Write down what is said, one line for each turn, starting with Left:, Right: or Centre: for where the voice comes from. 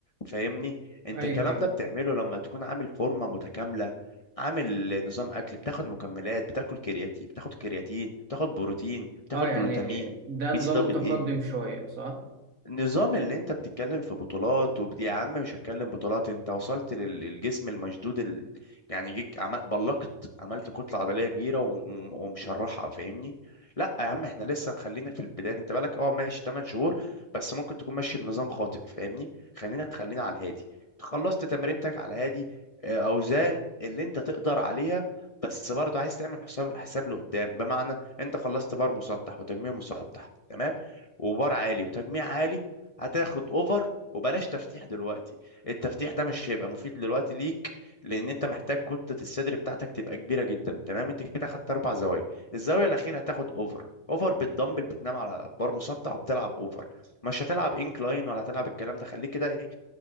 Left: فاهمني انت
Right: ايوه
Left: الكلام
Right: ايوه
Left: ده بتعمله لما تكون عامل فورمة متكاملة عامل نظام اكل بتاخد مكملات بتاكل كرياتين بتاخد كرياتين بتاخد بروتين بتاخد
Right: اه يعني
Left: جلوتامين
Right: ده نظام
Left: بي سي دبل
Right: متقدم
Left: ايه
Right: شويه صح
Left: النظام اللي انت بتتكلم في بطولات وبت... يا عم مش هتكلم بطولات انت وصلت لل- للجسم المشدود ال... يعني جيج عمل... بلقت عملت كتلة عضلية كبيرة و... وم- ومشرحها فاهمني لا يا عم احنا لسه خلينا في البداية انت بالك اه ماشي 8 شهور بس ممكن تكون ماشي بنظام خاطئ فاهمني خلينا خلينا على الهادي خلصت تمرينتك على الهادي اه، اوزان اللي انت تقدر عليها بس برضه عايز تعمل حساب حساب لقدام بمعنى انت خلصت بار مسطح وتجميع مسطح تمام وبار عالي وتجميع عالي هتاخد اوفر وبلاش تفتيح دلوقتي التفتيح ده مش هيبقى مفيد دلوقتي ليك لان انت محتاج كتلة الصدر بتاعتك تبقى كبيرة جدا تمام انت كده خدت اربع زوايا الزاوية الاخيرة هتاخد اوفر اوفر بالدمبل بتنام على بار مسطح وبتلعب اوفر مش هتلعب انكلاين ولا هتلعب الكلام ده خليك كده ايه